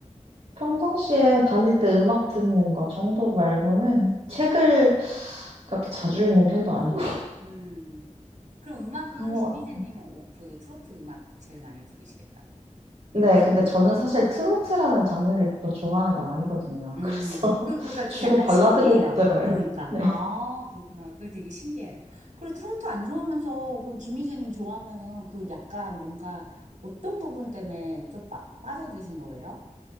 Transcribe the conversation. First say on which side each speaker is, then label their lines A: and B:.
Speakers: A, on the right; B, on the right.
A: 평상시에 다닐 때 음악 듣는 거 정도 말고는 책을 그렇게 자주 읽는 편도 아니고
B: 음, 그럼 음악은
A: 그런 것
B: 김희재님
A: 같아요.
B: 오- 그 트로트 음악 제일 많이 들으시겠다. 그게
A: 네,
B: 기본적으로.
A: 근데 저는 사실 트로트라는 장르를 또 좋아하는 건 아니거든요.
B: 음,
A: 그래서 <laughs>
B: 그, 그가 좀
A: 주로
B: 약간
A: 발라드
B: 신기해요.
A: 곡 들어요.
B: 그러니까.
A: 네.
B: 아, 그렇구나. 그게 되게 신기해요. 그리고 트로트 안 좋아하면서, 그럼 김희재님 좋아하면은 그 약간 뭔가 어떤 부분 때문에 좀 빠, 빠져드신 거예요?